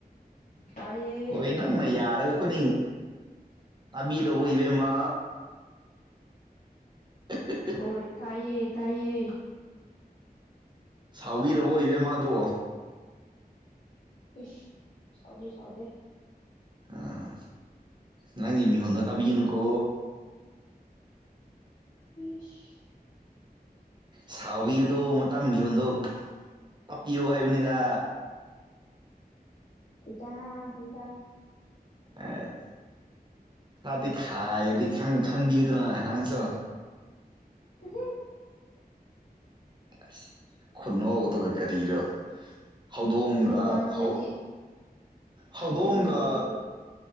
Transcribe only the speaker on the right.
ꯍꯣꯏ ꯅꯪꯅ ꯌꯥꯔꯒ ꯑꯩꯈꯣꯏꯅꯤꯡ ꯇꯥꯕꯤꯔꯕ ꯏꯕꯦꯝꯃ <unintelligible>
ꯁꯥꯎꯕꯤꯔꯕꯣ ꯏꯕꯦꯝ ꯃꯥꯗꯣ
ꯑꯥ ꯅꯪꯒꯤ ꯃꯤꯍꯣꯟꯗꯣ ꯀꯥꯕꯤꯒꯅꯨꯀꯣ
ꯁꯥꯎꯕꯤꯕꯗꯣ ꯃꯇꯥꯡ ꯃꯤꯍꯣꯟꯗꯣꯛ ꯇꯞꯄꯤꯌꯣ ꯍꯥꯏꯕꯅꯤꯗ
ꯑ ꯈꯔꯗꯤ ꯈꯥꯏꯗꯤ ꯈꯥꯡꯕꯤꯌꯨꯗꯅ ꯅꯪꯁꯣ
ꯑꯁ ꯈꯨꯅꯧꯗꯨꯒ ꯀꯔꯤꯔꯣ ꯍꯧꯗꯣꯡꯒ
ꯍꯧ ꯍꯧꯗꯣꯡꯒ